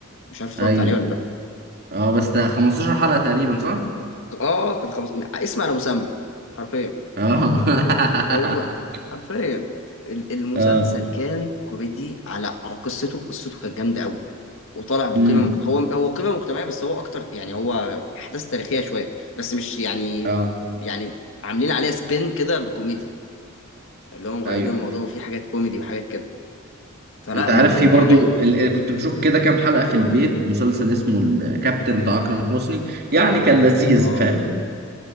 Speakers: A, on the left; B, on the right.
A: مش عارف اتفرجت
B: ايوه
A: عليه ولا لا
B: اه بس ده 15 حلقه تقريبا صح
A: اه كان خمس اسمع على مسمى حرفيا
B: اه <laughs>
A: هو حرفيا ال- المسلسل
B: اه
A: كان كوميدي على على قصته قصته كانت جامده قوي وطالع بقيمه
B: امم
A: مك... هو هو قيمه مجتمعيه بس هو اكتر يعني هو احداث تاريخيه شويه بس مش يعني
B: اه
A: يعني عاملين عليها سبين كده بكوميديا اللي هو مغيرين
B: ايوه
A: الموضوع وفي حاجات كوميدي وحاجات كده فلا
B: انت عارف
A: من
B: في
A: من
B: برضو
A: حاجات
B: ال- ال- كنت بشوف كده كام حلقة في البيت مسلسل اسمه الكابتن بتاع اكرم حسني يعني كان لذيذ
A: اه
B: فاهم